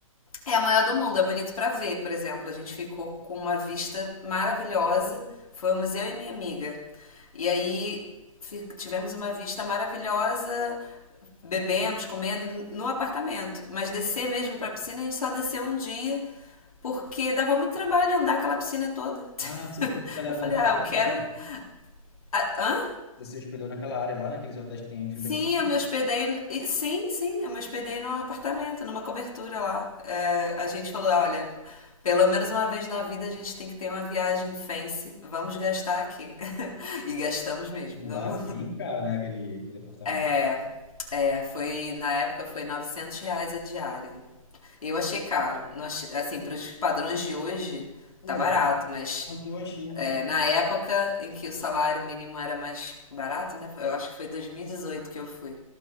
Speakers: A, on the left (about 75°); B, on the left (about 45°).
A: é a maior do mundo, é bonito pra ver, por exemplo. A gente ficou com uma vista maravilhosa. Fomos eu e minha amiga. E aí fi- tivemos uma vista maravilhosa, bebemos, comendo n- no apartamento. Mas descer mesmo pra piscina, a gente só desceu um dia, porque dava muito trabalho andar aquela piscina toda.
B: Ah, você
A: <laughs>
B: ficou hospedado
A: Eu falei,
B: naquela
A: ah, eu
B: área
A: quero.
B: lá, pô?
A: Ah, hã?
B: Você se hospedou naquela área lá, naqueles hotéis que tem em frente
A: Sim,
B: da piscina?
A: eu me hospedei. e- Sim, sim, eu me hospedei num apartamento, numa cobertura lá. É, a gente falou: olha, pelo menos uma vez na vida a gente tem que ter uma viagem fancy, vamos gastar aqui. <laughs> E gastamos mesmo.
B: E
A: Não,
B: lá é bem caro, né? Aquele, aquele apartamento.
A: é, é, foi na época foi 900 reais a diária. Eu achei caro. Não achei- assim, para os padrões de hoje,
B: É,
A: tá barato, mas
B: mas eu achei um
A: é,
B: preço.
A: na época em que o salário mínimo era mais barato, né? Eu acho que foi 2018 que eu fui.